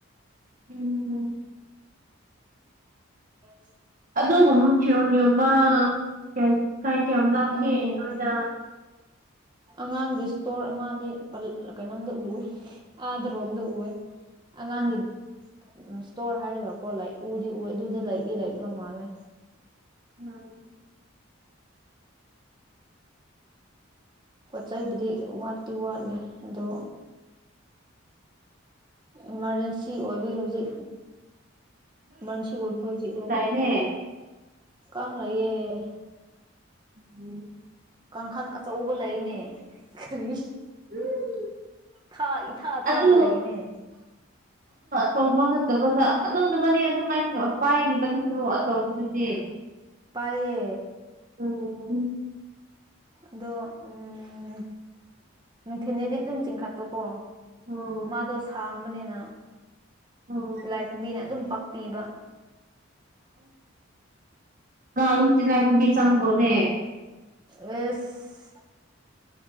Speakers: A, on the right; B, on the right.
A: ꯎꯝ
B: ꯑꯣ
A: ꯑꯗꯨꯒꯨꯝꯕ ꯐꯤꯔꯣ ꯌꯣꯟꯕ ꯀ ꯀꯥꯏ ꯀꯌꯥꯝ ꯂꯥꯞꯒꯦ
B: ꯎꯝ
A: ꯅꯣꯏꯗ
B: ꯑꯉꯥꯡꯒꯤ ꯏꯁꯇꯣꯔ ꯑꯃꯗꯤ ꯀꯩꯅꯣꯝꯗ ꯎꯏ ꯑꯥꯗ꯭ꯔꯣꯕꯝꯗ ꯎꯔ ꯑꯉꯥꯡꯒꯤ
A: ꯎꯝ
B: ꯏꯁꯇꯣꯔ ꯍꯥꯏꯔꯒꯀꯣ ꯂ ꯎꯗꯤ ꯎꯋꯦ ꯑꯗꯨꯗ ꯂꯩꯗꯤ ꯂꯩꯗꯧ ꯃꯥꯜꯂꯦ
A: ꯎꯝ
B: ꯄꯣꯠ ꯆꯩꯕꯨꯗꯤ ꯋꯥꯠꯇꯤ ꯋꯥꯠꯂꯤ ꯑꯗꯣ ꯏꯃꯥꯔꯖꯦꯟꯁꯤ ꯑꯣꯏꯕꯒꯤ ꯍꯧꯖꯤꯛ ꯏꯃꯥꯔꯖꯦꯟꯁꯤ ꯑꯣꯏꯕ ꯍꯧꯖꯤꯛ ꯂꯧꯕ
A: ꯍ
B: ꯀꯌꯦꯦ
A: ꯎꯝ
B: ꯀꯥꯡꯈꯜ ꯑꯆꯧꯕ ꯂꯩꯅꯦ ꯀꯔꯤ
A: ꯎꯝ
B: ꯊꯥ ꯏꯊꯥ ꯊꯥꯕ
A: ꯑꯗꯨ
B: ꯂꯩꯅꯦ
A: ꯇꯧꯕ ꯅꯠꯇꯕꯗ ꯑꯗꯨ ꯅꯨꯕꯅꯦ ꯑꯗꯨꯝꯃꯥꯏ ꯄꯥꯏꯔꯤꯕ ꯅꯣ ꯇꯧꯕꯗꯨꯗꯤ
B: ꯄꯥꯏꯌꯦ
A: ꯎꯝ
B: ꯑꯗꯣ ꯎꯝ ꯅꯨꯡꯊꯤꯅꯦꯗꯤ ꯑꯗꯨꯝ ꯆꯤꯡꯈꯠꯇꯣꯀꯣ
A: ꯑꯣ
B: ꯃꯥꯗꯣ ꯁꯥꯡꯕꯅꯤꯅ
A: ꯑꯣ
B: ꯇꯤꯂꯥꯏꯈꯨꯝꯕꯤꯅ ꯑꯗꯨꯝ ꯄꯥꯛꯄꯤꯕ
A: ꯀ ꯇꯤꯅꯒꯃꯤ ꯆꯪꯕꯣꯅꯦ
B: ꯑꯦꯁ